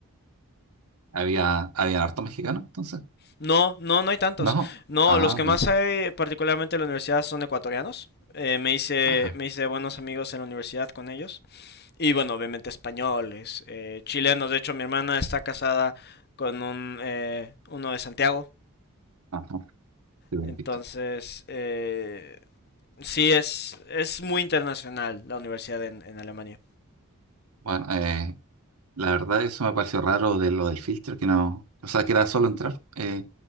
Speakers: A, on the right; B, on the left.
A: Había, había harto mexicano, entonces.
B: No, no, no hay tantos.
A: No.
B: No,
A: Ah,
B: los que
A: bueno.
B: más hay, particularmente en la universidad, son ecuatorianos. Eh, me hice,
A: Ajá.
B: me hice buenos amigos en la universidad con ellos. Y bueno, obviamente españoles, eh, chilenos. De hecho, mi hermana está casada con un, eh, uno de Santiago.
A: Ajá. te la
B: Entonces,
A: invito.
B: eh, sí, es, es muy internacional la universidad en, en Alemania.
A: Bueno, eh, La verdad, eso me pareció raro de lo del filtro, que no, o sea, que era solo entrar. Eh,